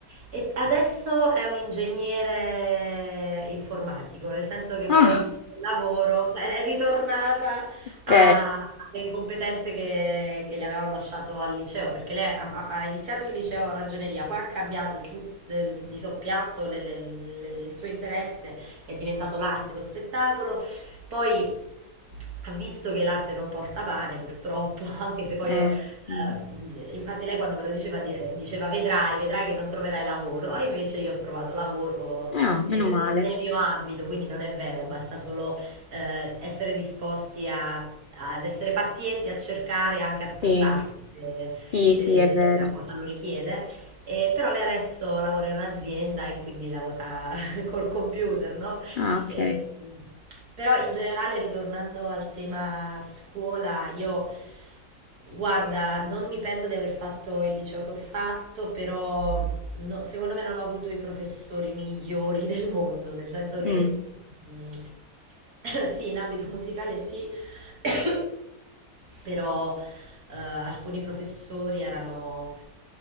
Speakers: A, on the right (about 65°); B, on the left (about 80°).
A: E adesso è un ingegnere informatico, nel senso che
B: Ah,
A: poi col lavoro, cioè, è ritornata
B: ok.
A: a- alle competenze che, che le avevano lasciato al liceo, perché lei ha, ha- ha iniziato il liceo a ragioneria, poi ha cambiato di, tut- de- di soppiatto le- le- le- le- il suo interesse, è diventato l'arte, lo spettacolo, poi visto che l'arte non porta pane, purtroppo, <laughs> anche se poi io,
B: Eh, mm.
A: eh, infatti lei quando me lo diceva, di- diceva vedrai, vedrai che non troverai lavoro, e invece io ho trovato lavoro
B: Ah, meno
A: eh,
B: male.
A: nel mio ambito, quindi non è vero, basta solo eh, essere disposti a- ad essere pazienti, a cercare e anche a spostarsi
B: Sì,
A: se,
B: sì,
A: se
B: sì, è vero.
A: la cosa lo richiede. E però lei adesso lavora in un'azienda e quindi lavora <laughs> col computer, no?
B: Ah, ok.
A: Eh, però in generale, ritornando al tema scuola, io guarda, non mi pento di aver fatto il liceo che ho fatto, però no- secondo me non ho avuto i professori migliori <laughs> del mondo, nel senso che
B: Mm,
A: mm, <coughs> sì, in ambito musicale sì, <coughs> però eh, alcuni professori erano